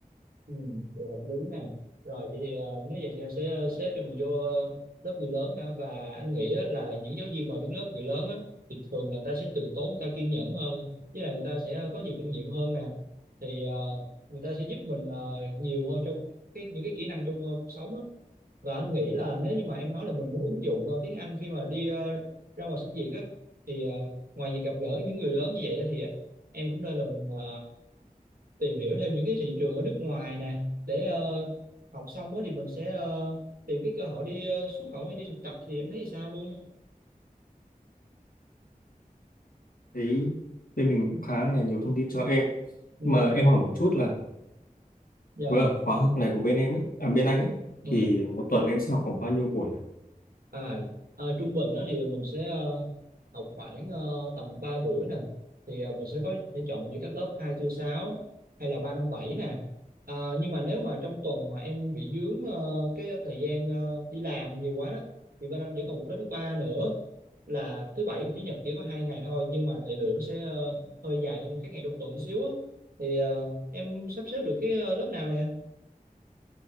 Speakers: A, on the right (about 85°); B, on the left (about 80°).
A: Ừ, vậy hợp lý nè. Rồi vậy thì ờ, nếu vậy thì em sẽ ờ, xếp cho mình vô ờ, lớp người lớn ha và anh nghĩ á, là những giáo viên mà đứng lớp người lớn á, thì thường là người ta sẽ từ tốn, người ta kiên nhẫn hơn, với lại người ta sẽ có nhiều kinh nghiệm hơn nè. Thì ờ, người ta sẽ giúp mình ờ, nhiều hơn trong cái những cái kỹ năng trong ờ, cuộc sống á. Và anh nghĩ là nếu như mà em nói là mình muốn ứng dụng ờ, tiếng Anh khi mà đi ờ, ra ngoài xin việc á thì ờ, ngoài việc gặp gỡ những người lớn như vậy á, thì em cũng nên là mình ờ, tìm hiểu thêm những cái thị trường ở nước ngoài nè để ờ, học xong á thì mình sẽ ờ, tìm cái cơ hội đi ờ, xuất khẩu hay đi thực tập thì em thấy thì sao luôn
B: thấy bên mình cũng khá là nhiều thông tin cho em
A: ừ
B: mà em hỏi một chút là
A: rồi
B: vừa khóa học này của bên em ấy à bên anh ấy
A: ừ.
B: thì một tuần em sẽ học khoảng bao nhiêu buổi
A: À, ờ, trung bình đó thì mình sẽ ờ, học khoảng ờ, tầm 3 buổi nè thì ờ, mình sẽ có thể chọn giữa các lớp 2, tư, 6 hay là 3, 5, 7 nè à, nhưng mà nếu mà trong tuần mà em bị dướng ờ, cái thời gian ờ, đi làm nhiều quá đó thì bên anh vẫn còn một lớp thứ ba nữa là thứ bảy và chủ nhật chỉ có hai ngày thôi nhưng mà thời lượng nó sẽ ờ, hơi dài hơn các ngày trong tuần chút xíu á thì ờ, em sắp xếp được cái ờ, lớp nào nè